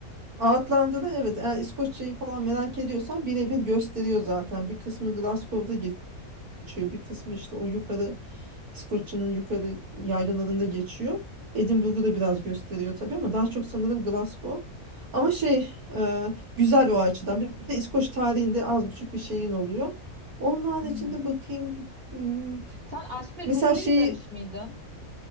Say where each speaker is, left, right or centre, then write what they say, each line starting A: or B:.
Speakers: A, on the right (about 80°); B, on the right (about 40°).
A: Outlander'da evet eğer İskoçya'yı falan merak ediyorsan birebir gösteriyor zaten. Bir kısmı Glasgow'da geçiyor. Bir kısmı işte o yukarı İskoçya'nın yukarı yaylalarında geçiyor. Edinburgh'u da biraz gösteriyor tabii ama daha çok sanırım Glasgow. Ama şey e, güzel o açıdan. Bir de İskoç tarihinde az buçuk bir şeyin oluyor. Onun haricinde
B: Hı hı.
A: bakayım. hmm,
B: Sen Aşk ve
A: Mesela
B: Gurur
A: şeyi
B: izlemiş miydin?